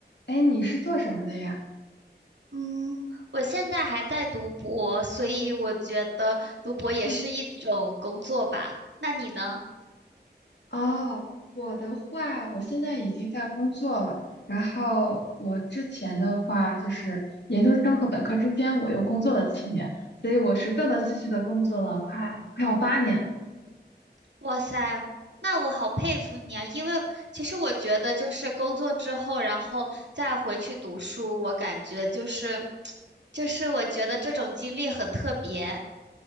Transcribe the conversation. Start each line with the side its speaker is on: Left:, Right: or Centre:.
Left: 哎，你是做什么的呀？
Right: 嗯，我现在还在读博，所以我觉得读博也是一种工作吧。
Left: 嗯
Right: 那你呢？
Left: 哦，我的话，我现在已经在工作了。然后我之前的话，就是研究生和本科之间，我又工作了七年，所以我是断断续续的工作了快快要八年。
Right: 哇塞，那我好佩服你啊！因为其实我觉得，就是工作之后，然后再回去读书，我感觉就是，<tsk> 就是我觉得这种经历很特别。